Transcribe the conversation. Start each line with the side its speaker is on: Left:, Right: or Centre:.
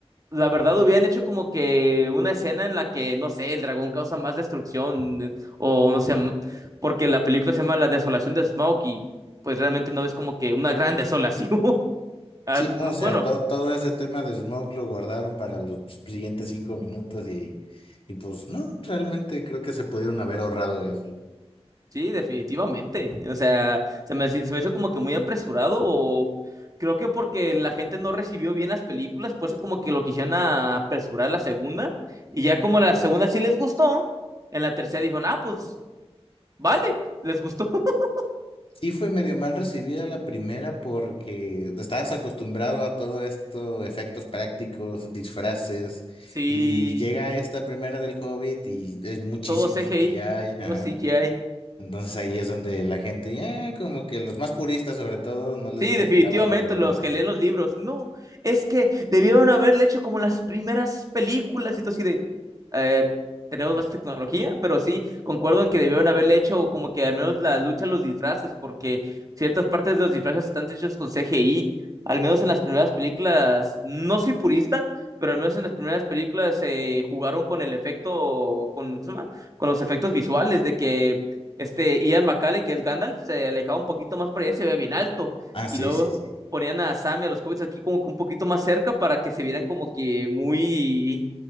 Right: La verdad, hubieran hecho como que una escena en la que, no sé, el dragón causa más destrucción, eh, o no sé, m- porque la película se llama La Desolación de Smaug y pues realmente no ves como que una gran desolación. <laughs> Ah,
Left: Sí,
Right: m-
Left: no, o sea,
Right: bueno,
Left: todo, todo ese tema de Smoke lo guardaron para los siguientes cinco minutos y, y pues no, realmente creo que se pudieron haber ahorrado eso.
Right: sí, definitivamente. O sea, se me, haci- se me hizo como que muy apresurado, o creo que porque la gente no recibió bien las películas, por eso como que lo quisieron a- apresurar la segunda, y ya como la segunda sí les gustó, en la tercera dijo, ah, pues vale, les gustó. <laughs>
Left: Sí fue medio mal recibida la primera porque estabas acostumbrado a todo esto, efectos prácticos, disfraces,
Right: Sí,
Left: y llega esta primera del Hobbit y es muchísimo
Right: todo CGI,
Left: CGI,
Right: puro
Left: ajá.
Right: CGI.
Left: Entonces ahí es donde la gente, ya como que los más puristas sobre todo no les
Right: Sí,
Left: terminaba
Right: definitivamente,
Left: de embonar.
Right: los que leen los libros. No, es que debieron haberle hecho como las primeras películas y todo así de... eh, tenemos más tecnología, pero sí, concuerdo en que debieron haberle hecho como que al menos la lucha a los disfraces, porque ciertas partes de los disfraces están hechos con CGI. Al menos en las primeras películas, no soy purista, pero al menos en las primeras películas se jugaron con el efecto, con, ¿cómo se llama? Con los efectos visuales de que este Ian McKellen, que es Gandalf, se alejaba un poquito más para allá y se veía bien alto
Left: Ah, sí,
Right: y luego
Left: sí, sí,
Right: ponían a Sam y a los hobbits aquí como que un poquito más cerca para que se vieran como que muy,